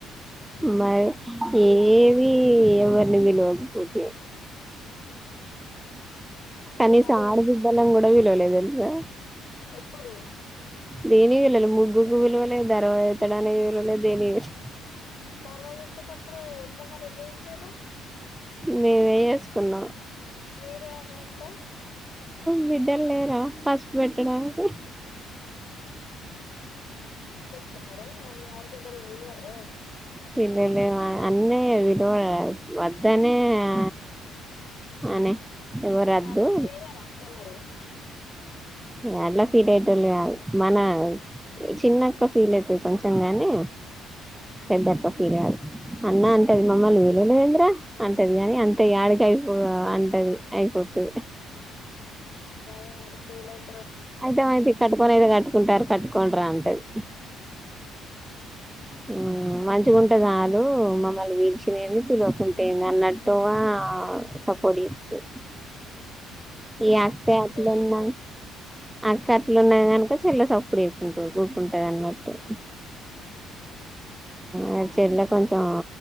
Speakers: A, in the centre; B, on the left.
A: మరి ఏది ఎవరిని విలువకపోతే
B: ఇగ
A: కనీసం
B: వా
A: ఆడబిడ్డలని కూడా విలువలేదు తెలుసా
B: ఎప్పుడు
A: దేని విలువలే ముగ్గుకు విలువలేదు ధర్వా ఎతడానికి విలువలేదు దేని వళ్
B: తర్వాత ఎతేటప్పుడు ఎట్లా మరి ఎట్లా తీసిరు
A: మేమే చేేసుకున్నాం
B: మీరే అలా అంటే
A: బిడ్డలు లేరా పసుపు పెట్టడానికి
B: తుంగరే మీ ఆడబిడ్డల్ని విల్వలే
A: పిల్వలే అన్నయ పిలవడు వద్దనే ఆ అనేే ఎవరదు
B: వాళ్ళ ఫీల్ గారా అక్క మరి
A: ఎ అట్లా ఫీట్ అయిటళు కాదు మన చిన్నక్క ఫీల్ అయితది కొంచెం గానీ పెద్దక్క ఫీల్ కాదు అన్న అంటది మమ్మల్ని వీలువలే ఎంద్ర అంటది కాని అంతే యాడికె కయిపో అంటది అయిపోతది
B: ఆ గదే మరి ఫీల్ అయ్
A: అయితే మాయితే కటుకోనయితే కట్ టారు కట్టుకోరా అంటది ఊ మంచి ఉంటదాలు మమ్మల్ని విలుచూడెంది పిలువకుంటేంది అన్నట్టుగా సపోర్ట్ ఏతది ఈ అక్క
B: అట్లుంటే
A: అట్లున్నా
B: ఏం కాదులే
A: అక్క అట్లున్నాగాను చెల్ల సప్పుడు వేకుంట ఊకుంటది అనమాట
B: ఊహు హు
A: ఆ చెల్ల కొంచం